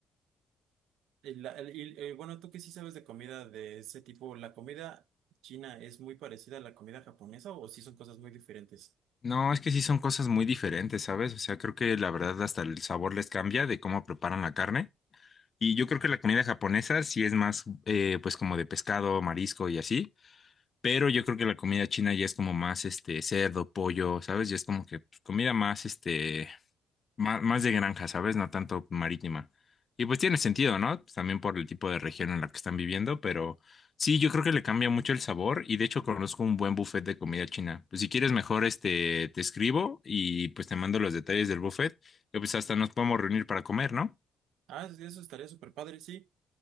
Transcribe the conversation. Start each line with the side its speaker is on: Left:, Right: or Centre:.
Right: y la- el- y, eh, bueno, tú que sí sabes de comida de ese tipo, ¿la comida china es muy parecida a la comida japonesa o sí son cosas muy diferentes?
Left: No, es que sí son cosas muy diferentes, ¿sabes? O sea, creo que la verdad hasta el sabor les cambia de cómo preparan la carne. Y yo creo que la comida japonesa sí es más, eh, pues como de pescado, marisco y así, pero yo creo que la comida china ya es como más, este, cerdo, pollo, ¿sabes? Ya es como que pues, comida más, este, más, más de granja, ¿sabes? No tanto marítima. Y pues tiene sentido, ¿no? Pues, también por el tipo de región en la que están viviendo, pero sí, yo creo que le cambia mucho el sabor y de hecho conozco un buen buffet de comida china. Pues si quieres mejor, este, te escribo y pues te mando los detalles del buffet, y pues hasta nos podemos reunir para comer, ¿no?
Right: Ah, sí, eso estaría súper padre, sí.